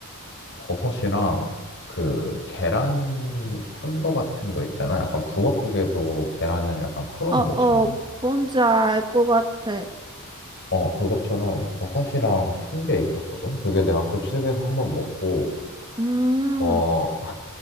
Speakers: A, on the left (about 50°); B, on the right (about 20°).
A: 버섯이랑 그 계란 푼 거 같은 거 있잖아. 약간 북엇국에도 계란을 약간 풀어서
B: 어, 어,
A: 넣잖아.
B: 뭔지 알 것 같아.
A: 어, 그것처럼 버섯이랑 푼 게 있었거든. 그게 내가 급식에서 한번 먹고,
B: 음,
A: 어,